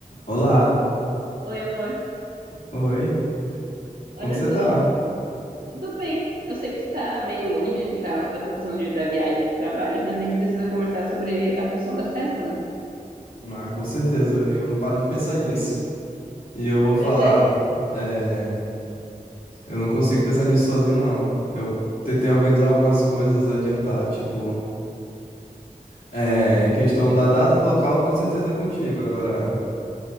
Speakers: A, on the left (about 80°); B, on the right (about 80°).
A: Olá,
B: Oi, amor.
A: oi,
B: Olha
A: como você
B: só.
A: tá?
B: Eu tô bem. Eu sei que tu tá meio longe, tá, dessa função de, da viagem de trabalho, mas a gente precisa conversar sobre a função da festa, né?
A: Ah, com certeza, eu não paro de pensar nisso. E eu vou falar,
B: Pois é.
A: é, eu não consigo pensar nisso sozinho, não. Eu tentei organizar algumas coisas, adiantar, tipo, é, em questão da data e do local, com certeza é contigo. Agora,